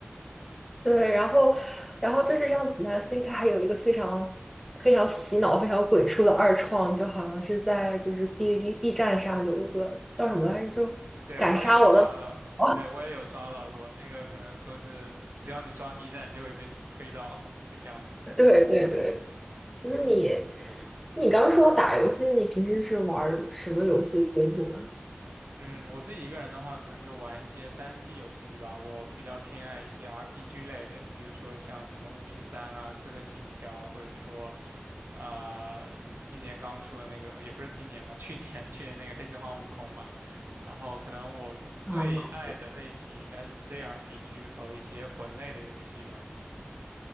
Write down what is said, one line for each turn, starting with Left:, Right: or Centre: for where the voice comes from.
Centre: 对，然后，然后就是让子弹飞，它还有一个非常非常洗脑、非常鬼畜的二创，就好像是在就是哔哩哔哩 B 站上有一个叫什么来着，就敢杀我的，
Right: 对，我也有刷到，
Centre: <laughs>
Right: 对，我也有刷到过，那个可能说是只要你刷 B 站就会被推到这个样子。
Centre: 对对对。那你，你刚说打游戏，你平时是玩儿什么游戏为主呢？
Right: 嗯，我自己一个人的话，可能就玩一些单机游戏吧。我比较偏爱一些 RPG 类的，比如说像什么《巫师三》啊、《刺客信条》，或者说，啊、今年刚出的那个，也不是今年吧，<laughs> 去年去年那个《黑神话：悟空》嘛。然后可能我最爱的类型应该是
Centre: 啊，
Right: JRPG 和一些魂类的游戏吧。